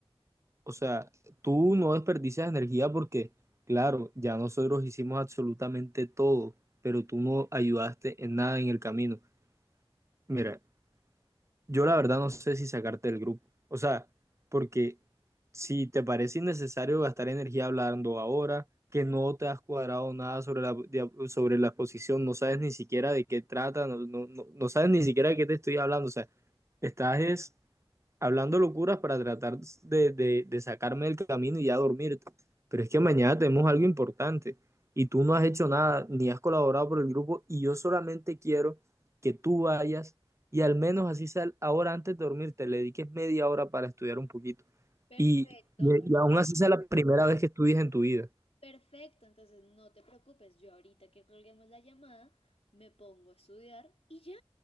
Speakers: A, on the right; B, on the left.
A: o sea, tú no desperdicias energía porque, claro, ya nosotros hicimos absolutamente todo, pero tú no ayudaste en nada en el camino. Mira, Yo la verdad no sé si sacarte del grupo. O sea, porque si te parece innecesario gastar energía hablando ahora, que no te has cuadrado nada sobre la, de- sobre la exposición, no sabes ni siquiera de qué trata, no, no- no- no sabes ni siquiera de qué te estoy hablando. O sea, estás es hablando locuras para tratar de, de, de sacarme del camino y ya dormirte. Pero es que mañana tenemos algo importante y tú no has hecho nada, ni has colaborado por el grupo y yo solamente quiero que tú vayas y al menos así sea ahora antes de dormirte, le dediques media hora para estudiar un poquito.
B: Perfecto,
A: Y, y
B: perfecto.
A: aún así sea la primera vez que estudies en tu vida.
B: Perfecto, entonces no te preocupes, yo ahorita que colguemos la llamada me pongo a estudiar y ya.